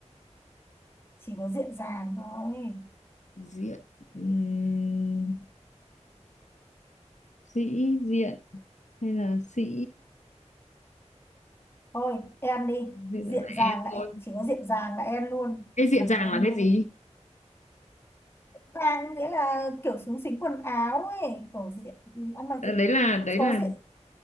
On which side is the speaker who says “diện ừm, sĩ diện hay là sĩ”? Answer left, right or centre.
Left